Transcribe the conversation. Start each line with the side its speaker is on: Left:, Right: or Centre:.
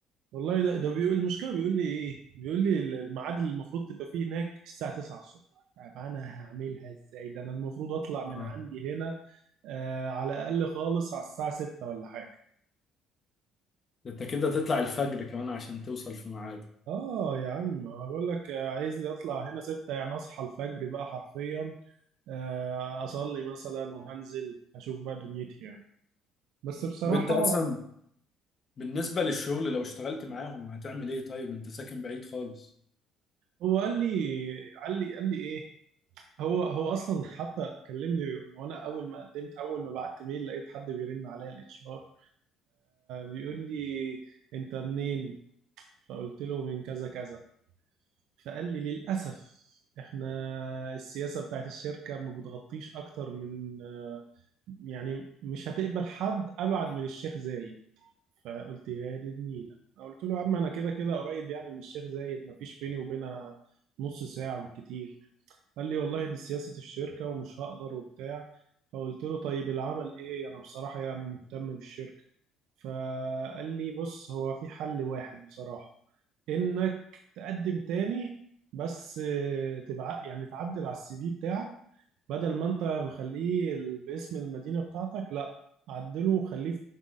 Right: والله ده ده بيقول المشكله بيقول لي ايه بيقول لي الميعاد اللي المفروض تبقى فيه هناك الساعه 9 الصبح طب انا هعملها ازاي ده انا المفروض اطلع من
Left: آه.
Right: عندي هنا آه على الاقل خالص على الساعه 6 ولا حاجه
Left: ده انت كده تطلع الفجر كمان عشان توصل في ميعاد
Right: اه يا عم هقول لك آه، عايز لي اطلع هنا 6 يعني اصحى الفجر بقى حرفيا آه اصلي مثلا وهنزل اشوف بقى دنيتي يعني بس بصراحه
Left: طب انت اصلا بالنسبة للشغل لو اشتغلت معاهم هتعمل ايه طيب انت ساكن بعيد خالص
Right: هو قال لي قال لي قال لي ايه هو هو اصلا حتى كلمني وانا اول ما قدمت اول ما بعت ميل لقيت حد بيرن عليا الاتش ار بيقول لي انت منين فقلت له من كذا كذا فقال لي للاسف احنا السياسه بتاعت الشركه ما بتغطيش اكتر من آه، يعني مش هتقبل حد ابعد من الشيخ زايد فقلت يا دي النيله قلت له يا عم انا كده كده قريب يعني من الشيخ زايد ما فيش بيني وبينها نص ساعه بالكتير قال لي والله دي سياسة الشركة ومش هقدر وبتاع فقلت له طيب العمل ايه انا بصراحة يعني مهتم بالشركة فقال لي بص هو في حل واحد بصراحة انك تقدم تاني بس آه، تبع يعني تعدل على السي في بتاعك بدل ما انت مخليه ال- باسم المدينة بتاعتك لا عدله وخليه